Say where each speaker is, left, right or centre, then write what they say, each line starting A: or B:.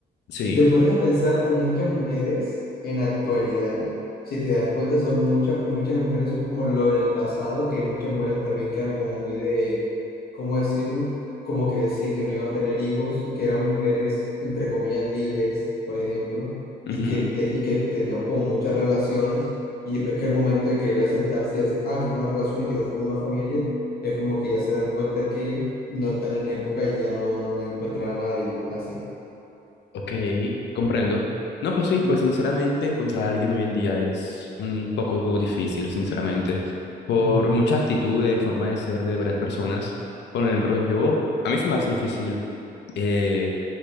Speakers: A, on the left (about 75°); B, on the left (about 60°).
A: Sí.
B: Si te pones a pensar, muchas mujeres en la actualidad, si te das cuenta, son muchas, muchas mujeres son como lo del pasado, que muchas mujeres también quedan como muy de, ¿cómo decirlo? Como que decían que no iban a tener hijos y que eran mujeres, entre comillas, libres, por ejemplo,
A: ujú.
B: y que, te, y que tenían como muchas relaciones, y después que el momento de querer asentarse y decir, ah, quiero una relación y quiero formar una familia, es como que ya se dan cuenta que no están en época y ya no, no encuentran a nadie, así.
A: Ok, comprendo. No, pues sí, pues
B: Sí.
A: sinceramente encontrar a alguien hoy en día es un poco difícil, sinceramente, por
B: Ujú.
A: muchas actitudes, forma de ser de varias personas. Por ejemplo, yo, a mí se me hace difícil eh,